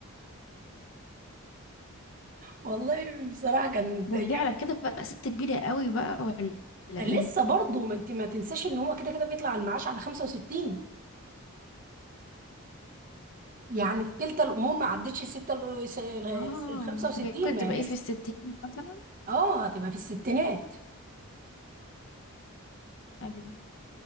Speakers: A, on the right; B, on the left.
A: والله بصراحه كانت
B: بس
A: ايام
B: دي على كده بقى ست كبيره قوي بقى ولا ولا
A: لسه
B: ايه
A: برضه ما انت ما تنساش ان هو كده كده بيطلع المعاش على 65 يعني في كلتا الامور ما عدتش الستة ال
B: اه
A: 65
B: هي ممكن
A: ما
B: تبقى
A: هي لسه
B: ايه في الستين مثلا
A: اه هتبقى في الستينات
B: أيوة.